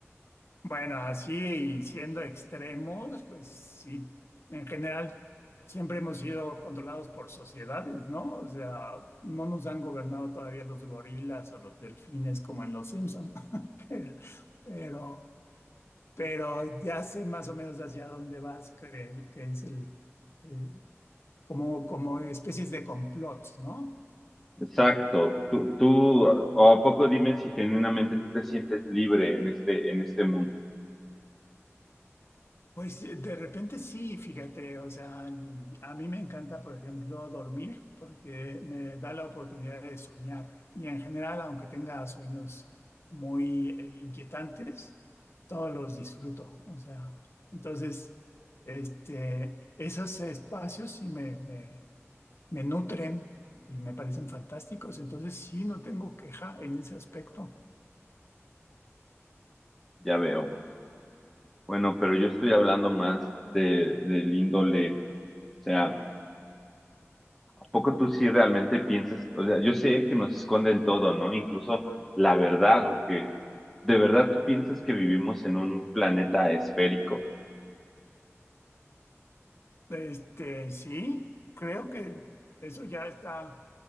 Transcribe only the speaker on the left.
Bueno, así siendo extremos, pues sí, en general siempre hemos sido controlados por sociedades, ¿no? O sea, no nos han gobernado todavía los gorilas o los delfines como en Los Simpson, <laughs> pero, pero, pero ya sé más o menos hacia dónde vas, que, que es el, eh, como, como especies de complots, ¿no?
Pues eh, de repente sí, fíjate, o sea, y a mí me encanta, por ejemplo, dormir porque me da la oportunidad de soñar. Y en general, aunque tenga sueños muy eh, inquietantes, todos los disfruto. O sea, entonces, este, esos espacios sí me, me, me nutren y me parecen fantásticos. Entonces sí, no tengo queja en ese aspecto.
Este, sí, creo que eso ya está